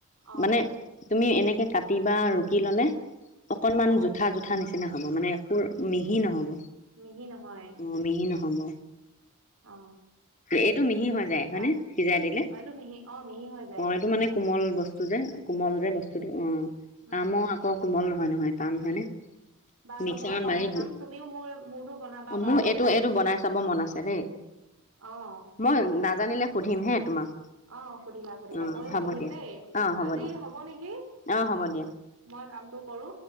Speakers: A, on the right; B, on the left.
A: অ
B: মানে তুমি এনেকে কাটি বা ৰুকি ললে অকনমান
A: অ
B: জোঠা জো ঠা নিচিনা হ'ব মানে একো মিহি নহ'ব।
A: মিহি নহয়।
B: অ মিহি নহব,
A: অ
B: এইটো মিহি হৈ যায়, হয়
A: তাৰ
B: নে? সিজাই দিলে।
A: এইটো মিহি অ, মিহি হৈ যায়।
B: অ, এইটো মানে কোমল বস্তু যে, কোমল যে বস্তুটো অ,
A: উম
B: আম আ ক কোমল নহয় নহয় টান হয় নে।
A: বাৰু
B: মিক্সাৰত
A: মই বনাই
B: মাৰি
A: চাম তুমিও মোৰ মোৰতো বনাবা বাৰু
B: মোৰ এইটো, এইটো বনাই চাব মন আছে দেই।
A: অ'।
B: মই নাজানিলে সুধিম হে তোমাক।
A: অঁ সুধিবা সুধিবা,
B: অ
A: মইয়ো
B: হ'ব
A: সুধিম
B: দিয়া
A: দেই,
B: অ
A: আজি
B: দিয়া
A: হ'ব নেকি।
B: অ হ'ব দিয়া
A: মই কামটো কৰো।